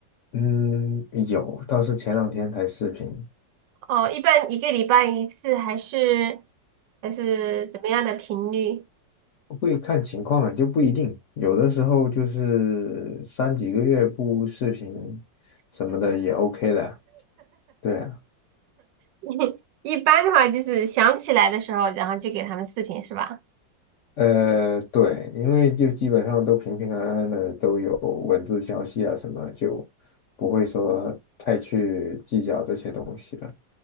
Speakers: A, on the left; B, on the right.
A: 嗯，有，倒是前两天才视频，
B: 哦，一般一个礼拜一次还是还是怎么样的频率？
A: 会看情况啊，就不一定。有的时候就是三几个月不视频什么的也 OK 的。对啊，
B: <laughs> 一般的话就是想起来的时候，然后就给他们视频是吧？
A: 呃，对，因为就基本上都平平安安的，都有文字消息啊什么，就不会说太去计较这些东西了。